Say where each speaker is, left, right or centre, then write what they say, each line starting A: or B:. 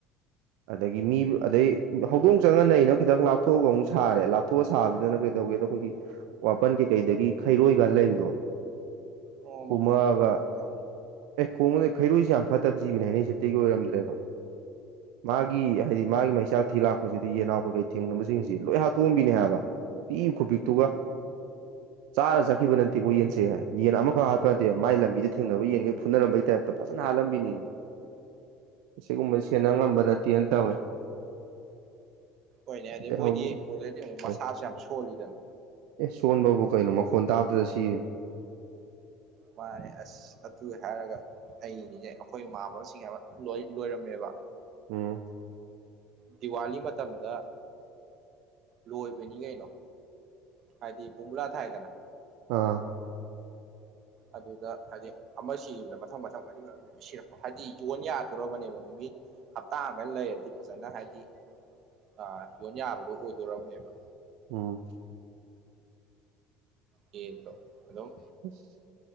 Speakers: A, on the right; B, on the right.
A: ꯑꯗꯒꯤ ꯃꯤ ꯑꯗꯩ ꯍꯧꯗꯣꯡ ꯆꯪꯍꯟꯅ ꯑꯩꯅꯣ ꯈꯤꯇꯪ ꯂꯥꯞꯊꯣꯛꯑꯒ ꯑꯃꯨꯛ ꯁꯥꯔꯦ ꯂꯥꯞꯊꯣꯛꯑ ꯁꯥꯕꯁꯤꯗꯅ ꯀꯩꯗꯧꯒꯦꯗ ꯑꯩꯈꯣꯏꯒꯤ ꯋꯥꯄꯟ ꯀꯩꯀꯩꯗꯒꯤ ꯈꯩꯔꯣꯏ ꯀꯥꯟꯅ ꯂꯩꯕꯗꯣ
B: ꯑꯣ ꯃꯈꯣꯟ
A: ꯀꯨꯃꯒ
B: ꯈꯣꯡꯕꯗꯣ ꯑꯪ
A: ꯑꯦ ꯀꯨꯝꯃꯅꯤ ꯈꯩꯔꯨꯁꯤ ꯌꯥꯝ ꯐꯠꯇꯕ ꯖꯤꯕꯅꯦ ꯍꯥꯏꯅꯩꯁꯦꯇꯩꯒꯤ ꯑꯣꯏꯔꯝꯗ꯭ꯔꯦꯕ ꯃꯥꯒꯤ ꯍꯥꯏꯗꯤ ꯃꯥꯒꯤ ꯃꯩꯆꯥꯛ ꯊꯤ ꯂꯥꯛꯄꯁꯤꯗ ꯌꯦꯟꯅꯥꯎ ꯀꯩꯀꯩ ꯊꯦꯡꯅꯕꯁꯤꯡꯁꯤ ꯂꯣꯏ ꯍꯥꯠꯇꯣꯛꯑꯝꯕꯤꯅꯦ ꯍꯥꯏꯕ ꯃꯤ ꯈꯨ ꯄꯤꯛꯇꯨꯒ ꯆꯥꯔ ꯆꯠꯈꯤꯕ ꯅꯠꯇꯦꯀꯣ ꯌꯦꯟꯁꯦ ꯌꯦꯟ ꯑꯃꯈꯛ ꯍꯥꯞꯄ ꯅꯠꯇꯦ
B: ꯍꯣꯏ
A: ꯃꯥꯏ ꯂꯝꯕꯤꯗ ꯊꯦꯡꯅꯕ ꯌꯦꯟꯒꯩ ꯐꯨꯅꯔꯝꯕꯒꯤ ꯇꯥꯏꯞꯇ ꯐꯖꯅ ꯍꯥꯜꯂꯝꯕꯤꯅꯤ ꯑꯁꯤꯒꯨꯝꯕ ꯁꯦꯟꯅ
B: ꯑꯣ
A: ꯉꯝꯕ ꯅꯠꯇꯦꯅ ꯇꯧꯋꯦ
B: ꯍꯣꯏꯅꯦ ꯑꯗꯨꯗꯩ
A: ꯑꯦ
B: ꯃꯣꯏꯗꯤ
A: ꯍꯧꯖꯤꯛ
B: ꯗꯗꯤ ꯃꯁꯥꯁꯨ
A: ꯑꯣ
B: ꯌꯥꯝ ꯁꯣꯜꯂꯤꯗꯅ
A: ꯑꯦ ꯁꯣꯟꯕꯕꯨ ꯀꯩꯅꯣ ꯃꯈꯣꯟ ꯇꯥꯕꯗꯗ ꯁꯤ
B: ꯃꯥꯅꯦ ꯑꯁ ꯑꯗꯨ ꯍꯥꯏꯔꯒ ꯑꯩꯅꯤꯅꯦ ꯑꯩꯈꯣꯏ ꯏꯃꯥꯅꯕꯁꯤꯡ ꯍꯥꯏꯕ ꯂꯣꯏꯔꯝꯃꯦꯕ
A: ꯎꯝ
B: ꯗꯤꯋꯥꯂꯤ ꯃꯇꯝꯗ ꯂꯣꯏꯕꯅꯤ ꯀꯩꯅꯣ ꯍꯥꯏꯗꯤ ꯕꯨꯝꯕꯂꯥ ꯊꯥꯏꯗꯅ
A: ꯑꯥ
B: ꯑꯗꯨꯗ ꯍꯥꯏꯗꯤ ꯑꯃ ꯁꯤꯕꯗ ꯃꯊꯪ ꯃꯊꯪ ꯋꯥꯔꯤ ꯁꯤꯔꯛꯄ ꯍꯥꯏꯗꯤ ꯌꯣꯟ ꯌꯥꯗꯣꯔꯕꯅꯦꯕ ꯅꯨꯃꯤꯠ ꯍꯞꯇꯥꯒ ꯂꯩꯔꯗꯤ ꯐꯖꯅ ꯍꯥꯏꯗꯤ ꯑ ꯌꯣꯟ ꯌꯥꯕꯗꯣ ꯑꯣꯏꯗꯣꯔꯔꯕꯅꯦꯕ
A: ꯎ
B: ꯌꯦꯗꯣ ꯑꯗꯨꯝ
A: ꯑꯁ